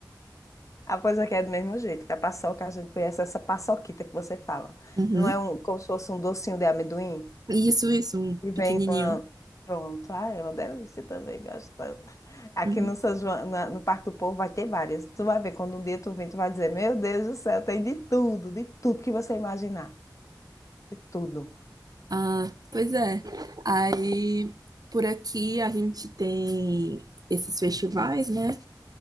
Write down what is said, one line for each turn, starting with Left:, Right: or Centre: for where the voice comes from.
Left: Ah, pois aqui é do mesmo jeito. A paçoca, a gente conhece essa paçoquita que você fala.
Right: Uhum.
Left: Não é um, como se fosse um docinho de amendoim?
Right: Isso, isso, um
Left: E vem
Right: pequenininho.
Left: uma. Pronto. Ah, é uma delícia também, gosto tanto. Aqui
Right: Uhum.
Left: no São João, na- no Parque do Povo vai ter várias. Tu vai ver, quando um dia tu vem, tu vai dizer, meu Deus do céu, tem de tudo, de tudo que você imaginar. De tudo.
Right: Ah, pois é. Aí, por aqui a gente tem esses festivais, né?